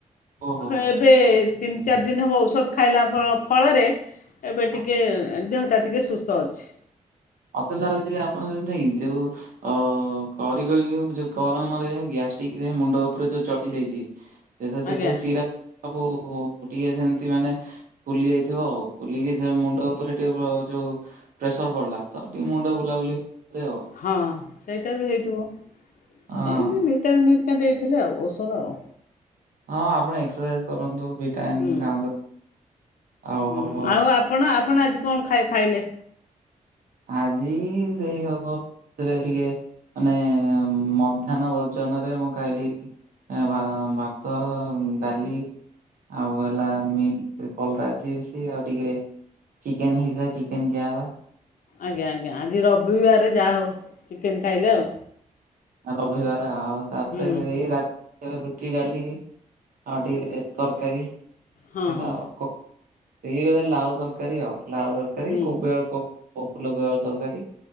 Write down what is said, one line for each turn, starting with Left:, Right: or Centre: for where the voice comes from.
Right: ଓହୋ
Left: ମୁଁ କ
Right: ହୋ
Left: ଏବେ ତିନି ଚାରି ଦିନି ହେବ ଔଷଧ ଖାଇଲା ଫଳ ଫଳରେ ଏବେ
Right: ହଁ
Left: ଟିକେ ଦେହଟା ଟିକେ ସୁସ୍ଥ ଅଛି।
Right: ମତେ ଲାଗୁଛି ଆପଣ ଯେମିତି ଇ ଯୋଉ ଅ କରି କରି ଯୋଉ ଗରମରେ ଗ୍ୟାଷ୍ଟିକ ରେ ମୁଣ୍ଡ ଉପରେ ଯୋଉ ଚଢି ଯାଇଛି। ସେ ତ ସେତ
Left: ଆଜ୍ଞା
Right: ଶିରା ସବୁ ଟିକେ ସେମିତି ମାନେ ଫୁଲି ଯାଇଥିବ ଆଉ ଫୁଲିକି ସେ ମୁଣ୍ଡ ଉପରେ ଟିକେ ଅ ଯୋଉ ପ୍ରେସର ପଡିଲା <unintelligible> କରେ ଆଉ
Left: ହଁ ସେଇଟା ବି ହେଇଥିବ।
Right: ହଁ
Left: ହେଇ। <unintelligible> <unintelligible> ଦେଇଥିଲେ ଆଉ ଔଷଧ ଆଉ।
Right: ହଁ ଆପଣ ଏକ୍ସରସାଇଜ୍ କରନ୍ତୁ ଭିଟାମିନ୍
Left: ହୁଁ
Right: ଖାଆନ୍ତୁ। ଆଉ
Left: ହୁଁ।
Right: ହବ
Left: ଆଉ ଆପଣ ଆପଣ ଆଜି କଣ ଖାଇ ଖାଇଲେ?
Right: ଆଜି ସେଇ ହବ ରେ ଟିକେ ମାନେ ମଧ୍ୟାହ୍ନ ଭୋଜନରେ ମୁଁ ଖାଇଲି ଏ ଭା ଭାତ ଡାଲି ଆଉ ହେଲା କଲରା ଚିପ୍ସ ଆଉ ଟିକେ ଚିକେନ୍ ହେଇଥିଲା ଚିକେନ୍ ଖିଆହେଲା।
Left: ଆଜ୍ଞା ଆଜ୍ଞା। ଆଜି ରବିବାରେ ଯାହା ହଉ ଚିକେନ୍ ଖାଇଲେ ଆଉ।
Right: ରବିବାର ଆଉ ତାପରେ
Left: ହୁଁ
Right: ଏଇ ରା ରୁଟି ଡାଲି ଆଉ ଟିକେ ତରକାରୀ
Left: ହଁ
Right: ଏଇରା
Left: ହଁ
Right: ଆଉ। ଏଇ ଲାଉ ତରକାରୀ ଆଉ ଲାଉ ତରକାରୀ
Left: ହୁଁ
Right: କୋବି ଆଳୁ କୋ ଫୁଲ କୋବି ଆଳୁ ତରକାରୀ।